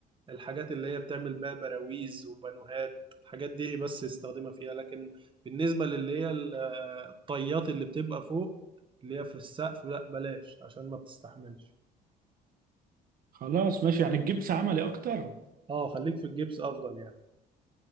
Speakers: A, on the right; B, on the right.
A: الحاجات اللي هي بتعمل بقى براويز وبانوهات الحاجات دي بس يستخدمها فيها لكن بالنسبة للي هي ال- آه، الطيات اللي بتبقى فوق اللي هي في السقف لا بلاش عشان ما بتستحملش
B: خلاص ماشي يعني تجيب عملي اكتر؟
A: اه خليك في الجبس افضل يعني